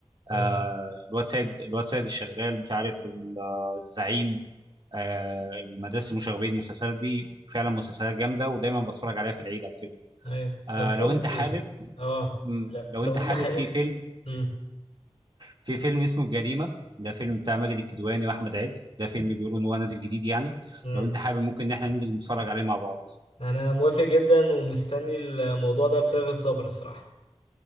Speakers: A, on the left (about 80°); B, on the right (about 50°).
A: امم
B: آه، الواد سيد الواد سيد الشغال مش عارف ال- آه، الزعيم آه، المدرسة المشاغبين المسلسلات دي فعلا مسلسلات جامدة ودايما بتفرج عليها في العيد أو كده
A: ايوه
B: آه،
A: طب بقول
B: لو أنت
A: لك
B: حابب
A: ايه اه
B: مم،
A: لا
B: لو
A: لو
B: أنت
A: انت
B: حابب
A: حابب
B: في فيلم
A: امم
B: في فيلم اسمه الجريمة ده فيلم بتاع ماجد الكدواني واحمد عز ده فيلم بيقولوا ان هو نازل جديد يعني
A: امم
B: لو انت حابب ممكن ان احنا ننزل نتفرج عليه مع بعض
A: انا موافق جدا ومستني الموضوع ده بفارغ الصبر الصراحه